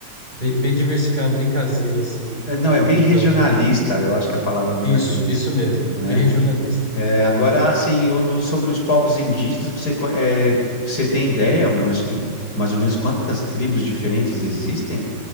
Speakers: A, on the left; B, on the left.
A: Bem, bem diversificado, bem caseiro, assim.
B: é, não, é bem
A: Então,
B: regionalista, eu acho que a palavra melhor
A: isso,
B: seria
A: isso
B: isso,
A: mesmo.
B: né?
A: Bem regionalista.
B: É, agora, assim, o do- sobre os povos indígenas, você, co- é, você tem ideia, eu acho que mais ou menos quantas tribos diferentes existem